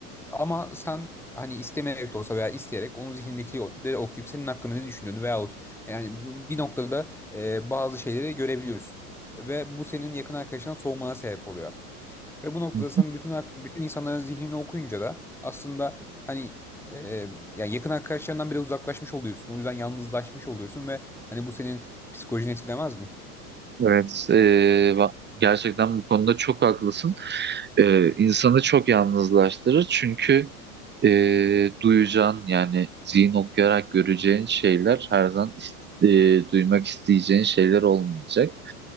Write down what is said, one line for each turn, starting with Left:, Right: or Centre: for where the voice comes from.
Centre: ama sen hani istemeyerek de olsa veya isteyerek onun zihnindekileri okuyup senin hakkında ne düşündüğünü veyahut yani bir noktada e, bazı şeyleri görebiliyorsun. Ve bu senin yakın arkadaşından soğumana sebep oluyor. Ve bu noktada
Right: hı.
Centre: sen bütün ak- bütün insanların zihnini okuyunca da aslında hani e, yani yakın arkadaşlarından bile uzaklaşmış oluyorsun. O yüzden yalnızlaşmış oluyorsun ve hani bu senin psikolojini etkilemez mi?
Right: Evet, eee, va- gerçekten bu konuda çok haklısın. Eee insanı çok yalnızlaştırır çünkü eee duyacağın yani zihin okuyarak göreceğin şeyler her zaman ist- eee, duymak isteyeceğin şeyler olmayacak.